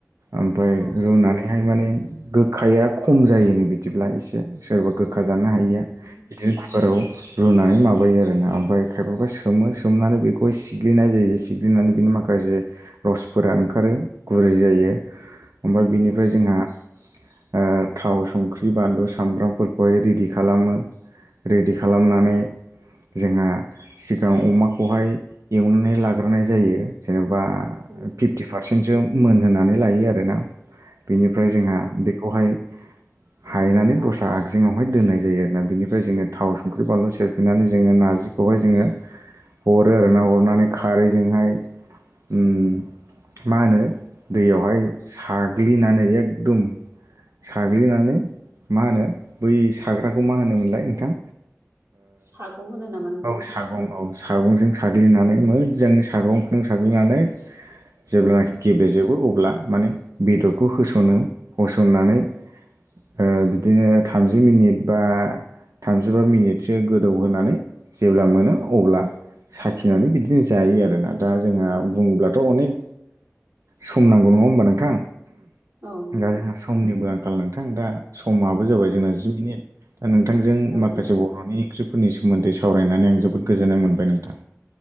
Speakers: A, on the right (about 85°); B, on the right (about 60°).
A: ओमफ्राय
B: औ नोंथां औ नोंथां
A: रुनानै हाय माने गोखाया खम जायोनो बिदिब्ला एसे सोरबा गो खा जानो हायो
B: औ नोंथां
A: बिदिनो कुकाराव रुनानै माबायो आरो ना ओमफाय खायफाबा सोमो सोमनानै बेख गय सिग्लिनाय जायो सिग्लिनानै बेनि माखासे रसफोरा ओंखारो गुरै जायो ओमफाय बिनिफ्राय
B: औ नोंथां
A: जोंहा ओ थाव संख्रि बानलु सामब्रामफोरखौहाय रिडि खालामो। रेडि खालामनानै जोंहा सिगां अमाखौहाय एवनानै लाग्रोनाय जायो जेनेबा
B: औ
A: फिफ्टि पार <unintelligible> मोनहानै लायो आरोना बिनिफ्राय जोंहा
B: नोंथां
A: बेखौहाय हायनानै दस्रा आगजङावहाय दोननाय जायो आरोना बेनिफ्राय जोङो थाव संख्रि बानलु सेरफिननानै जोङो नारजि खौहाय जोङो हरो आरोना अरनानै खारैजोंहाय उम मा होनो दैयावहाय साग्लिनानै एखदम साग्लिनानै मा होनो बै साग्राखौ मा होनोमोनलाय नोंथां?
B: सागं होनो नामा नोंथां।
A: सागं औ औ सागंजों साग्लिनानै मोजां सागंजों साग्लिनानै जेब्लानाखि
B: औ
A: गेब्लेजोबो अब्ला माने बेदरखौ होस'नो होसननानै ओ बिदिनो थामजि मिनिट बा थामजिबा मिनिटसो गोदौहोनानै जेब्ला मोनो अब्ला साखिनानै बिदिनो जायो आरोना दा जोंहा बुंङोब्लाथ' अनेक सम नांगौ नङा होमबा नोंथां?
B: औ नोंथां
A: दा जोंहा समनिबो आंखाल नोंथां दा समाबो जाबाय
B: औ नोंथां औ नोंथां
A: जोंना जि मिनिट दा नोंथांजों
B: औ
A: माखासे बर'नि सक्रिफोरनि सोमोन्दै सावरायनानै आं जोबोद गोजोननाय मोनबाय नोंथां।